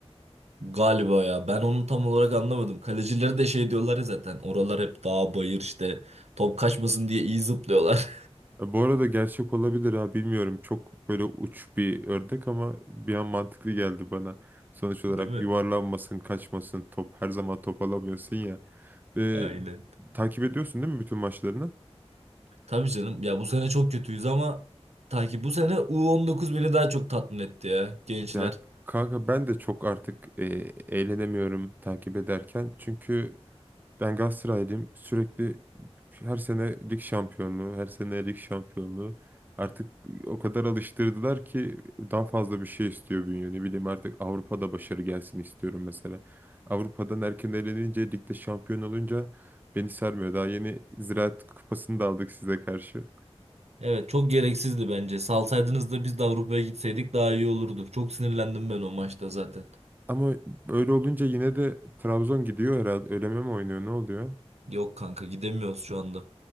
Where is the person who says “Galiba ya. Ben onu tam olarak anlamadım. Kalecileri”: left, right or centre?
Right